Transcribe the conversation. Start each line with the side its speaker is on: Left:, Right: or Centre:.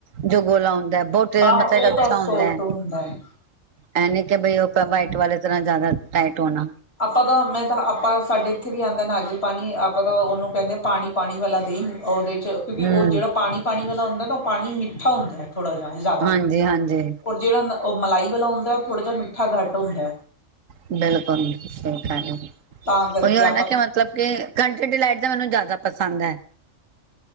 Right: ਜੋ ਗੋਲਾ ਹੁੰਦਾ ਐ। ਬਹੋਤ
Left: ਹਾਂ
Right: ਮਤਲਬ
Left: ਉਹ
Right: ਅੱਛਾ
Left: ਤਾਂ ਸੋਰਸ
Right: ਹੁੰਦਾ ਐ,
Left: ਤੋਂ ਹੁੰਦਾ ਹੈ
Right: ਐ ਨੀ ਕਿ ਬਈ ਉਹ <unintelligible> <unintelligible> ਜਿਤਨਾ ਜ਼ਿਆਦਾ ਟਾਈਟ ਹੋਣਾ
Left: ਆਪਾਂ ਤਾਂ, ਮੈਂ ਤਾਂ, ਆਪਾਂ ਸਾਡੇ ਇੱਥੇ ਵੀ ਆਂਦਾ ਨਾਰੀਅਲ ਪਾਨੀ ਮੈਂ ਤਾਂ ਉਹਨੂੰ ਕਹਿੰਦੀ ਆਂ ਪਾਨੀ ਪਾਨੀ ਵਾਲਾ ਦੇਈਂ ਉਹ ਦੇ ਕਿਉਂਕਿ ਉਹ
Right: ਹਮ
Left: ਜਿਹੜਾ ਪਾਣੀ ਪਾਣੀ ਵਾਲਾ ਹੁੰ <unintelligible> ਪਾਨੀ ਮਿ ਠਾ ਹੁੰਦਾ ਹੈ ਥੋੜ੍ਹਾ ਜਿਹਾ ਜ਼ਿਆਦਾ,
Right: ਹਾਂਜੀ ਹਾਂਜੀ
Left: ਔਰ ਜਿਹੜਾ ਉਹ ਮਲਾਈ ਵਾਲਾ ਹੁੰਦਾ ਐ, ਥੋੜ੍ਹਾ ਜਿਹਾ ਮਿੱਠਾ ਘੱਟ ਹੁੰਦਾ ਐ।
Right: ਬਿਲਕੁਲ ਸਹੀ ਕਹ ਰਹੇ ਹੋ,
Left: ਤਾਂ ਕਰਕੇ
Right: ਕਈ ਵਾਰ
Left: ਆਪਾਂ
Right: ਨਾ ਕਿ ਮਤਲਬ ਕਿ <unintelligible> ਦਾ ਮੈਨੂੰ ਜ਼ਿਆਦਾ ਪ ਸੰਦ ਐ।